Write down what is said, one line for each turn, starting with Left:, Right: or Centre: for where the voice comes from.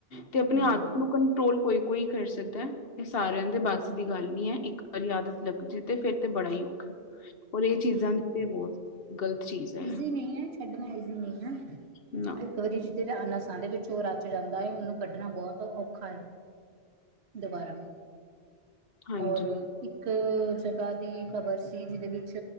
Left: ਤੇ ਅਪਣੀ
Right: ਹੂੰ
Left: ਆਦਤ ਨੂੰ ਕੰਟਰੋਲ ਕੋਈ- ਕੋਈ ਕਰ ਸਕਦਾ, ਇਹ ਸਾਰਿਆਂ ਦੇ ਬੱਸ ਦੀ ਗੱਲ ਨੀ ਹੈ। ਇੱਕ ਵਾਰੀ ਆਦਤ ਲੱਗ ਜੇ ਤੇ ਫੇਰ ਤੇ ਬੜਾ ਹੀ ਔਖਾ ਹੈ। ਔਰ ਇਹ ਚੀਜ਼ਾਂ
Right: ਹੂੰ
Left: ਤੇ ਬਹੁਤ ਗ਼ਲਤ ਚੀਜ਼ ਹੈ
Right: ਈਜ਼ੀ ਨਹੀਂ ਹੈ, ਛੱਡਣਾ ਈਜ਼ੀ ਨਹੀ ਹੈ।
Left: ਨਾ,
Right: ਇੱਕ ਵਾਰੀ ਜਿਹਦੇ ਨਸਾਂ ਦੇ ਵਿੱਚ ਉਹ ਰਚ ਜਾਂਦਾ ਹੈ, ਉਹਨੂੰ ਕੱਢਣਾ ਬਹੁਤ ਔਖਾ ਏ। ਦੁਬਾਰਾ
Left: ਹਾਂਜੀ,
Right: ਔਰ ਇੱਕ ਜਗ੍ਹਾ ਦੀ ਖ਼ਬਰ ਸੀ, ਜਿਹਦੇ ਵਿੱਚ